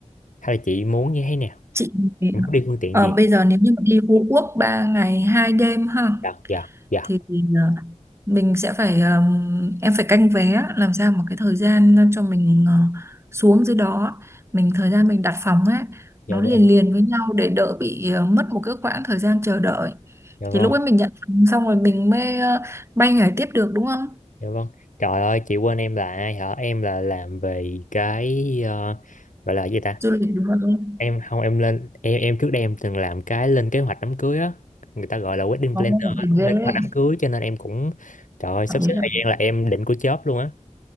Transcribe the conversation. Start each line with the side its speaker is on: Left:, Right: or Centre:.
Left: hay là chị muốn như thế nào
Right: chị
Left: Chị muốn đi phương tiện
Right: ờ,
Left: gì
Right: bây giờ nếu như mà đi Phú Quốc ba ngày hai đêm ha
Left: dạ dạ dạ
Right: thì mình, ờ, mình sẽ phải ờm, em phải canh vé làm sao một cái thời gian cho mình ờ, xuống dưới đó mình thời gian mình đặt phòng ấy
Left: dạ
Right: nó
Left: vâng
Right: liền liền với nhau để đỡ bị ờ, mất một cái khoảng thời gian chờ đợi
Left: dạ
Right: thì
Left: vâng
Right: lúc ấy mình nhận phòng xong rồi mình mới ờ, bay nhảy tiếp được đúng không
Left: dạ vâng trời ơi chị quên em là hả em là làm về cái ờ, gọi là gì ta
Right: du lịch đúng không
Left: em không em lên em em trước đây em từng làm cái lên kế hoạch đám cưới á người ta gọi là wedding
Right: có
Left: planner
Right: ổn
Left: á
Right: định ghê
Left: lên
Right: đấy.
Left: kế hoạch đám cưới cho nên em cũng trời ơi sắp
Right: hợp lý
Left: xếp
Right: hợp
Left: thời
Right: lý.
Left: gian là em định của chớp luôn á